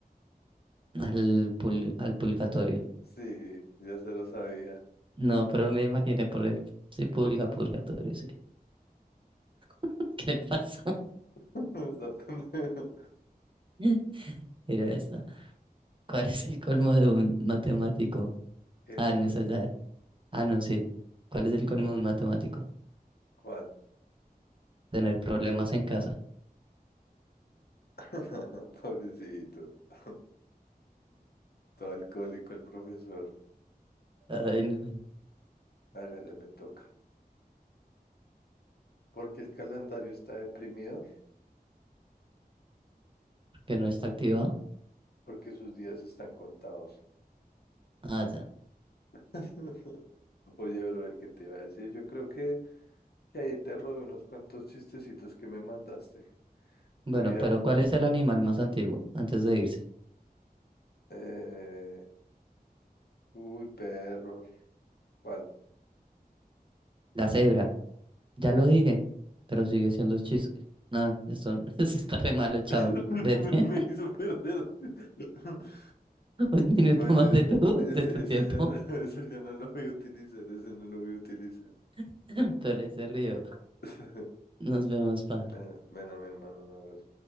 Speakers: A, on the right (about 30°); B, on the left (about 80°).
A: Al, pul- al purgatorio.
B: Sí, ya se lo sabía.
A: No, pero me imaginé por el... Sí, pulga, purgatorio, sí. <laughs> ¿Qué le pasó?
B: <laughs> Está pendejo.
A: <laughs> Mira esta. ¿Cuál es el colmo de un matemático?
B: ¿Qué
A: Ah,
B: ca-
A: no, esa ya. Ah, no, sí. ¿Cuál es el colmo de un matemático?
B: ¿Cuál?
A: Tener problemas en casa.
B: <laughs> Pobrecito. <laughs> Todo alcohólico el profesor.
A: Ay, no,
B: Hágale, me toca. Porque el calendario está deprimido,
A: que no está activado.
B: porque sus días están contados.
A: Ah, ya.
B: <laughs> Oye, bro, el que te iba a decir, yo creo que, que ahí te robé unos cuantos chistecitos que me mandaste.
A: Bueno,
B: Voy
A: pero
B: a...
A: ¿cuál es el animal más antiguo antes de irse?
B: eh, Uy, perro. ¿Cuál?
A: La cebra. Ya lo dije, pero sigue siendo chis. No, eso, <laughs> eso está re malo, chao.
B: <laughs>
A: Vete
B: Me me hizo perder. <laughs>
A: <laughs> un minuto
B: Mentira,
A: más de tu,
B: Ese,
A: de tu
B: ese
A: tiempo,
B: ya no, <laughs> ese ya no lo voy a utilizar, ese no lo voy a utilizar.
A: <laughs> pero ahí se río.
B: <laughs>
A: Nos vemos, pa.
B: Ven ven a mi hermano, un abrazo.